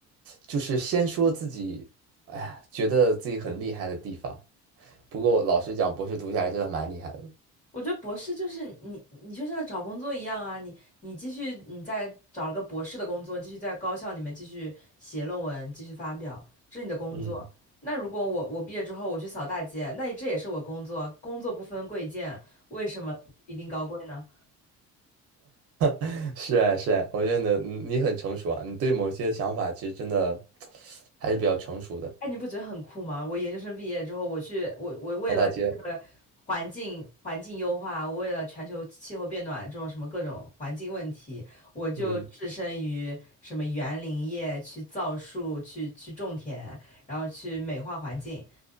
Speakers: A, on the right; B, on the left.
A: 就是先说自己，哎呀，觉得自己很厉害的地方。不过老实讲，博士读下来真的蛮厉害的。
B: <laughs> 我觉得博士就是你，你就像找工作一样啊，你你继续你再找了个博士的工作，继续在高校里面继续写论文，继续发表，这是你的工作。
A: 嗯，
B: 那如果我我毕业之后我去扫大街，那这也是我工作，工作不分贵贱，为什么一定高贵呢？
A: <laughs> 是啊，是啊，我觉得你的嗯你很成熟啊，你对某些想法其实真的 <tsk> 还是比较成熟的。
B: 哎，你不觉得很酷吗？我研究生毕业之后，我去，我我为了这个环境环境优化，
A: 扫大街，
B: 我为了全球气候变暖这种什么各种环境问题，我就置身于什么园林业，
A: 嗯。
B: 去造树，去去种田，然后去美化环境。